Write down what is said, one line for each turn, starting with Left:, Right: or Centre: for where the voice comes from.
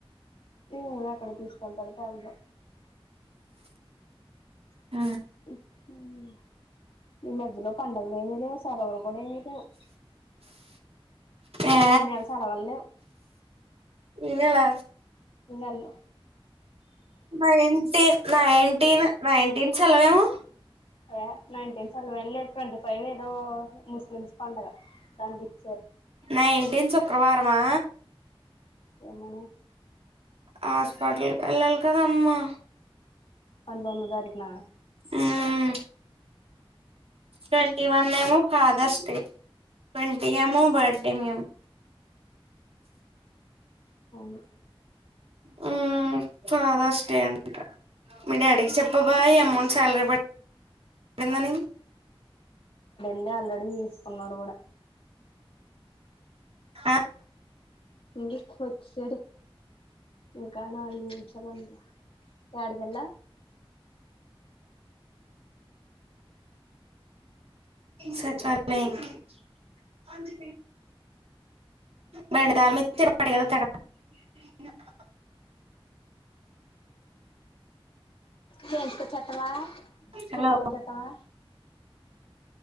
Left: హ్మ్ ఎక్కడికి తీసుకెళ్తాడో తెల్దు
Right: ఆ
Left: హు హ్మ్ ఈ మధ్యలో పండుగలు ఏమి లేవు సెలవులు కూడా ఏమి లేవు.
Right: ఏ
Left: ఇ నెల సెలవల్లేవ్
Right: ఈనెలా
Left: ఈనెల్లో
Right: నైన్టీన్ నైన్టీన్ నైన్టీన్ సెలవేమో
Left: ఏ నైన్టీన్ సెలవు ఏం లేదు ట్వంటీ ఫైవ్ ఏదో ముస్లిమ్స్ పండుగ దానికి ఇచ్చారు.
Right: నైన్టీన్ శుక్రవారమా
Left: ఎమోనె
Right: హాస్పిటల్ ఎల్లాలి కదా అమ్మా
Left: పంతొమ్దు తారీఖనా
Right: మ్మ్ ట్వంటీ వన్ ఏమొ ఫాథర్స్ డే ట్వంటీ ఏమొ బర్డే మమ్
Left: అవును
Right: హ్మ్ ఫాదర్స్ డే అంట మీ డాడీకి చెప్పబా అమౌంట్ శాలరీ పడి పడిందని
Left: ంది ఆల్రెడీ తీసుకున్నాడు కూడా
Right: ఆ
Left: ఇంగే క్కు ఇచ్చేది ఇంకా నాది చ ఉంత ఎడదల
Right: సచివాలయంకి అది బండి తాళం మీ <unintelligible>
Left: చేయింకొచ్చేస్తవా?
Right: హలో
Left: చేయింకొచ్చేస్తవా?